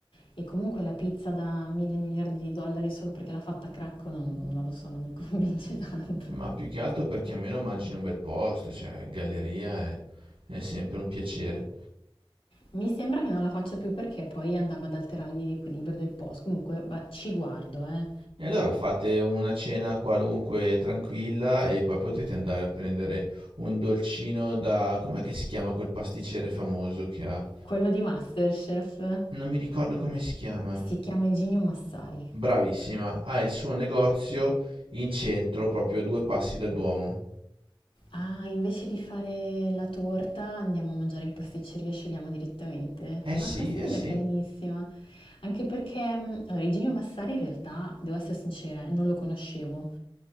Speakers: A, on the left; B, on the right.
A: E comunque la pizza da mille miliardi di dollari solo perché l'ha fatta a Cracco non, non lo so, non mi <laughs> convince tanto.
B: ma più che altro perché almeno mangi in un bel posto, cioè galleria è è sempre un piacere.
A: Mi sembra che non la faccia più perché poi andava ad alterargli l'equilibrio del post. Comunque beh, ci guardo, eh.
B: E allora fate una cena qualunque tranquilla e poi potete andare a prendere un dolcino da... Com'è che si chiama quel pasticcere famoso che ha?
A: Quello di Masterchef
B: Non mi ricordo come si chiama.
A: si chiama Eginio Massari.
B: Bravissima, ha il suo negozio in centro, proprio a due passi dal Duomo.
A: Ah, invece di fare la torta andiamo a mangiare in pasticceria e scegliamo direttamente?
B: Eh sì,
A: Ah, questa
B: eh
A: è un'idea
B: sì.
A: carinissima. Anche perché, mm, allora, Igino Massari in realtà, devo essere sincera, eh, non lo conoscevo.